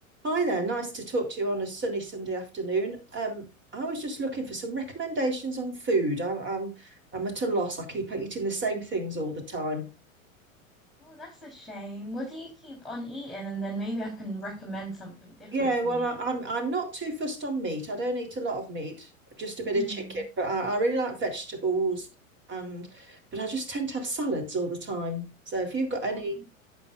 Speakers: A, on the right; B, in the centre.
A: Hi there, nice to talk to you on a sunny Sunday afternoon. Um, I was just looking for some recommendations on food. I'm I'm, I'm at a loss. I keep eating the same things all the time.
B: Oh, that's a shame. What do you keep on eating? And then maybe I can recommend something different
A: Yeah,
B: for
A: well,
B: you.
A: I, I'm I'm not too fussed on meat. I don't eat a lot of meat, just a bit
B: Mm.
A: of chicken. But I, I really like vegetables, and but I just tend to have salads all the time. So if you've got
B: Um,
A: any